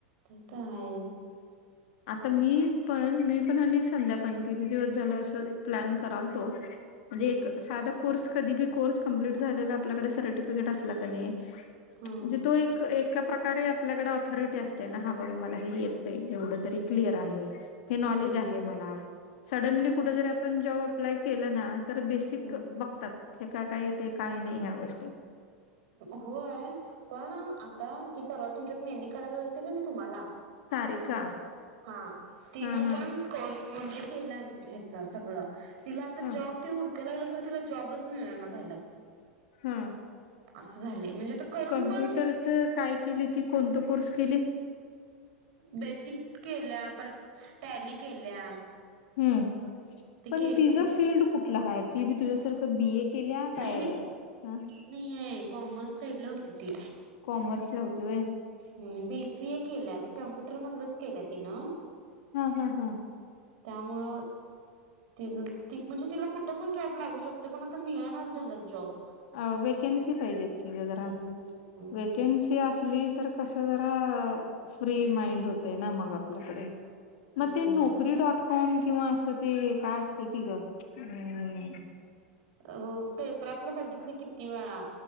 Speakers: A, on the right; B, on the left.
A: ते तर आहे
B: आता, मी पण मी पण, आणि संध्या पण, किती दिवस झालं. असं प्लॅन कराल तो म्हणजे,
A: हम्म
B: एक साधा कोर्स कधी बी, कोर्स कंपलीट झालेला, आपल्याकडे सर्टिफिकेट असला कनी
A: हम्म
B: म्हणजे, तो एक एका प्रकारे आपल्याकडे ऑथॉरिटी असते, ना हा बाबा मला हे येतय. एवढंच तरी क्लिअर आहे, हे नॉलेज
A: हम्म
B: आहे. मला सडनली कुठ, जरी आपण जॉब अप्लाय केलं ना, तर बेसिक
A: हम्म
B: बघतात. ठेका, काही ते काही नाही. ह्या गोष्टी
A: होय पण, आता ती परवा तुमच्यात मेहंदी काढायला आलती की नाही. तुम्हाला
B: सारिका
A: हा, तिनं
B: हा हा
A: पण कोर्स म्हणजे केला. ह्याचा सगळ तिला आता
B: हा
A: जॉब ती हुडकु लागलं <inaudible> खर तिला जॉबच मिळेना झालेत.
B: हा
A: असं झालंय, म्हणजे आता करून
B: कम्प्युटरच
A: पण
B: काय केली, ती कोणत कोर्स केली?
A: बेसिक केल्या, परत टॅली केल्या,
B: हम
A: ते
B: पण
A: केली
B: तिचं, फील्ड कुठलं आहे? ती बी, तुझ्यासारखं बी ए, केल्या काय
A: नाही
B: ह
A: नाही आहे, कॉमर्स साईड ला होती ती
B: कॉमर्सला होती व्हय.
A: हम, बीसीए केला. कम्प्युटर मधलंच केलं, तिनं
B: हा हा हा
A: त्यामुळं तिझ त म्हणजे, तिला कुठे पण जॉब लागू शकते, पण आता मिळनाच झालं, जॉब
B: अ.. वेकन्सी पाहिजेत, की जरा,
A: हम्म
B: वेकन्सी असली तर... कसं जरा फ्री माइंड होते. ना, मग आपल्याकडे
A: हम्म
B: मग.. ते, नोकरी डॉट कॉम.. किंवा, असं ते काय असते की ग हम
A: हो, पेपरातलं बघितलं किती वेळा